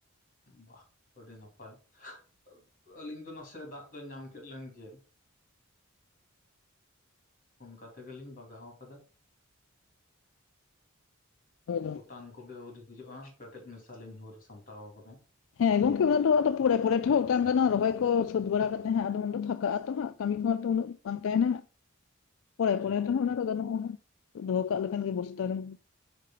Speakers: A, on the left; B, on the left.
A: ᱵᱟᱦᱽ ᱟᱹᱰᱤ ᱱᱟᱯᱟᱭ ᱾ ᱟᱞᱤᱧ ᱫᱚ ᱱᱟᱥᱮ ᱫᱟᱜ ᱫᱚ ᱧᱟᱢ ᱠᱮᱫ ᱞᱤᱧ ᱜᱮᱭᱟ ᱾ ᱚᱱᱠᱟ ᱛᱮᱜᱮᱞᱤᱧ ᱵᱟᱜᱟᱣ ᱠᱟᱫᱟ ᱾
B: ᱦᱳᱭ ᱜᱚᱝᱠᱮ
A: ᱚᱴᱟᱝ ᱠᱚᱜᱮ ᱟᱹᱣᱨᱤ ᱦᱩᱭᱩᱜ-ᱟ ᱯᱮᱴᱮᱡᱽ ᱢᱮᱥᱟᱞᱤᱧ ᱦᱟᱹᱨ ᱥᱟᱢᱴᱟᱣ ᱠᱟᱫᱟ ᱾
B: ᱦᱮᱸ ᱜᱚᱢᱠᱮ ᱚᱱᱟ ᱫᱚ ᱚᱱᱟ ᱫᱚ ᱟᱫᱚ ᱯᱚᱨᱮ ᱯᱚᱨᱮᱛᱮ ᱦᱚᱸ ᱚᱴᱟᱝ ᱜᱟᱱᱚᱜ-ᱟ ᱨᱚᱦᱚᱭ ᱠᱚ ᱥᱟᱹᱛ ᱵᱟᱲᱟ ᱠᱟᱛᱮᱫ ᱦᱟᱸᱜ ᱟᱫᱚ ᱩᱱ ᱫᱚ ᱯᱷᱟᱠᱟᱜ ᱟᱛᱚ ᱦᱟᱸᱜ ᱾ ᱠᱟᱹᱢᱤ ᱠᱚᱦᱚᱸ ᱛᱚ ᱩᱱᱟᱹᱜ ᱵᱟᱝ ᱛᱟᱸᱦᱮᱱᱟ ᱾ ᱯᱚᱨᱮ
A: ᱴᱷᱤᱠ
B: ᱯᱚᱨᱮ ᱛᱮᱦᱚᱸ
A: ᱴᱷᱤᱠ
B: ᱚᱱᱟ
A: ᱴᱷᱤᱠ
B: ᱫᱚ ᱜᱟᱱᱚᱜ-ᱟ ᱦᱟᱸᱜ ᱫᱚᱦᱚ ᱠᱟᱜ ᱞᱮᱠᱷᱟᱱ ᱜᱮ ᱵᱚᱥᱛᱟ ᱨᱮ ᱾